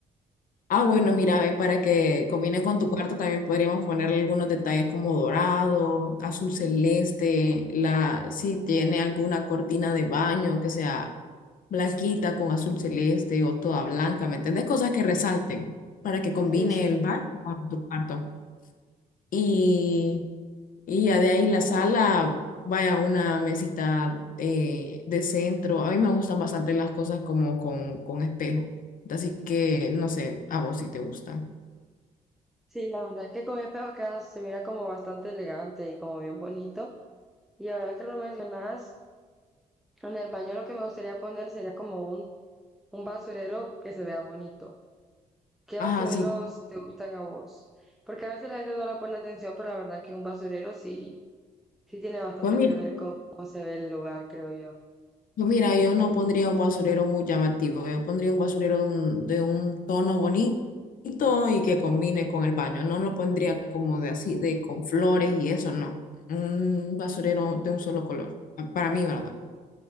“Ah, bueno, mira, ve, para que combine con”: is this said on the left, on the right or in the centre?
Left